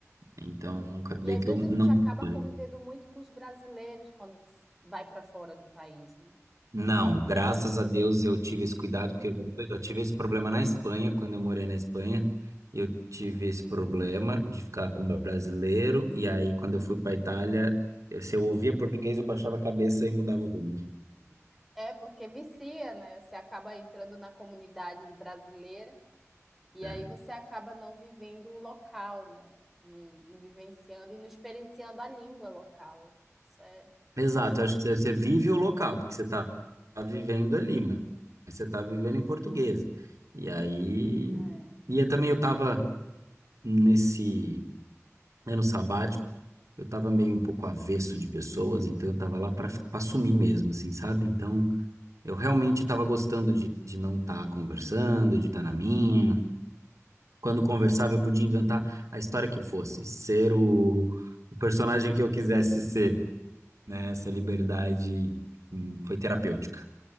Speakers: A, on the right; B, in the centre.
A: Então, acabei
B: E às
A: que
B: vezes
A: eu não
B: a gente acaba
A: fui.
B: convivendo muito com os brasileiros quando vai para fora do país, né?
A: Não, graças a Deus eu tive esse cuidado, porque eu eu tive esse problema na Espanha, quando eu morei na Espanha, eu tive esse problema de ficar com brasileiro, e aí quando eu fui para Itália, eu- se eu ouvia português, eu baixava a cabeça e mudava o rumo.
B: É, porque vicia, né? Você acaba entrando na comunidade brasileira e
A: É.
B: aí você acaba não vivendo o local, né? Não, não vivenciando e não experienciando a língua local. Isso é,
A: Exato, eu acho que você você vive o local, porque você está vivendo ali, mas você está vivendo em português. E aí,
B: é.
A: e eu também eu estava nesse ano sabático, eu tava meio um pouco avesso de pessoas, então eu tava lá para sumir mesmo, assim, sabe? Então eu realmente tava gostando de, de não estar conversando, de estar na minha. Quando conversava, eu podia inventar a história que fosse, ser o, o personagem que eu quisesse ser, né? Essa liberdade hum, foi terapêutica.